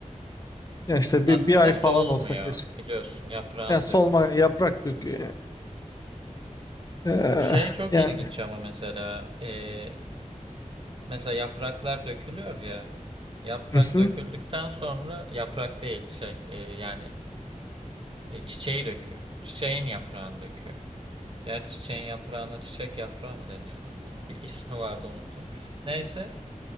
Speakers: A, on the left; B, on the right.
A: ya işte
B: Aslında
A: bir, bir ay
B: solmuyor
A: falan olsa keşke.
B: biliyorsun yaprağını
A: Ya solma
B: döküyor.
A: yaprak döküyor yani. E,
B: Şey çok
A: yani.
B: ilginç ama mesela e, Mesela yapraklar dökülüyor ya. Yaprak
A: Hı hı.
B: döküldükten sonra yaprak değil şey e, yani e, çiçeği döküyor. Çiçeğin yaprağını döküyor. Gerçi çiçeğin yaprağına çiçek yaprağı mı deniyordu? Onun bir <laughs> ismi vardı unuttum. Neyse